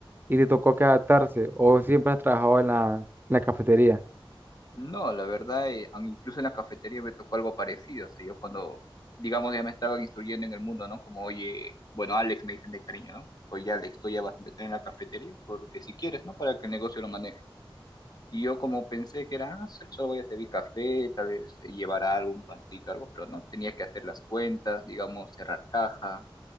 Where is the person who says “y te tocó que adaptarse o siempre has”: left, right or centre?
Right